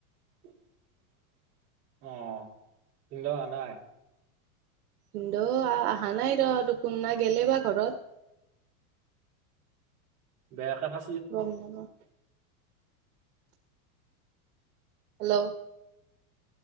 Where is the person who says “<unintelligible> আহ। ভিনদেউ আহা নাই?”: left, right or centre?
Right